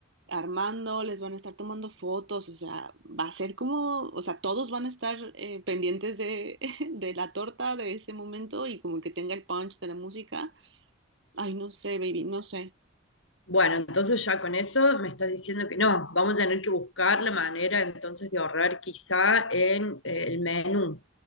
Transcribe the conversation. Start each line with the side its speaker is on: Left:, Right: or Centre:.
Right: Armando, les van a estar tomando fotos. O sea, va a ser como, o sea, todos van a estar eh, pendientes de, <laughs> de la torta de ese momento y como que tenga el punch de la música. Ay, no sé, baby, no sé.
Left: Bueno, entonces ya con eso me estás diciendo que no, vamos a tener que buscar la manera entonces de ahorrar quizá en eh, el menú.